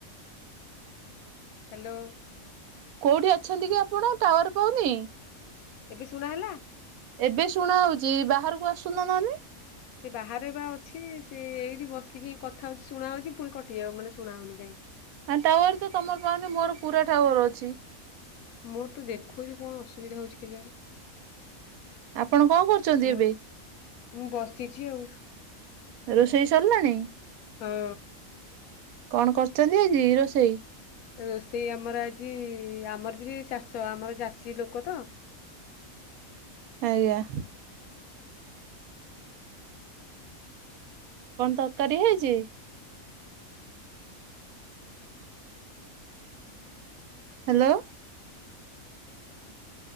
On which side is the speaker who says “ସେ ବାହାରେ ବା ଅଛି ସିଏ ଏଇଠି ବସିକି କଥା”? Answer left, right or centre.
Left